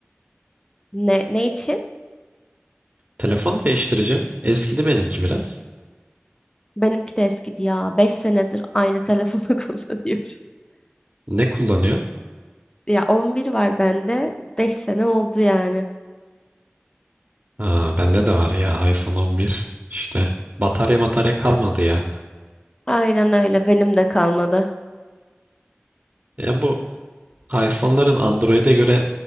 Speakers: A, on the left; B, on the right.
A: Ne, ne için?
B: Telefon değiştireceğim. Eskidi benimki biraz.
A: Benimki de eskidi ya. 5 senedir aynı telefonu <laughs> kullanıyorum.
B: Ne kullanıyorsun?
A: Ya 11 var bende. 5 sene oldu yani.
B: Aa, bende de var ya iPhone 11. İşte batarya matarya kalmadı ya.
A: Aynen öyle. Benim de kalmadı.
B: Ya bu iPhone'ların Android'e göre